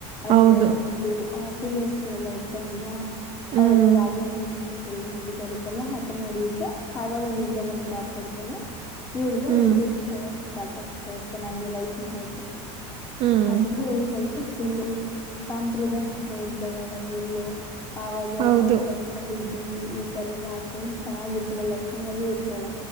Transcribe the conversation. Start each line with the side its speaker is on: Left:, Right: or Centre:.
Left: ಅಂದೆ
Right: ಹೌದು
Left: ನಮ್ದು ಅ ಸೀನಿಯರ್ಸ್ ಮಕ್ಕಳೆಲ್ಲಾ ಇರ್ತಾರಲ್ವಾ
Right: ಹ್ಮ್
Left: ಅವ್ರೆಲ್ಲಾ ರಾಗಿಾರ ಮಾಡದೆಲ್ಲ ನಡಿತಾ ಇರ್ತ್ತಲ್ವ ಆತರ ನಡೆಯುತ್ತೆ ಆವಾಗ ಒಂದ್ ಹುಡ್ಗ ಬಂದ್ ಕಾಪಾಡ್ತೇನೆ ಇ ಹಳಗ
Right: ಹ್ಮ್
Left: ಹುಡ್ಗ ಇಷ್ಟ ಆಗ ಸ್ಟಾರ್ಟ್ ಆಗ್ತಾ ಇತ ನಂಗೆ ಲೈಕ್ ಮಾಡಕೆ
Right: ಹ್ಮ್
Left: ಅದನ್ನುು ಸ್ವಲ್ಪ ಫುಲ್ಲು ಸಾಂಪ್ರದಾಯನ ಇಡ್ತಾಳೆಲ್ಲ ಫುಲ್ಲು ಆಾಗ
Right: ಹೌದು
Left: ಒಂದ್ ಸ್ವಲ್ಪ ಮಿಡ್ ಡಿ ಈ ತರ ಎಲ್ಲಾ ಹಾಕೊಂಡ್ ಚೆನ್ನಾಗಿರ್ತಾೆ ಲಕ್ಷಣವಾಗ ಇರ್ತಾಳ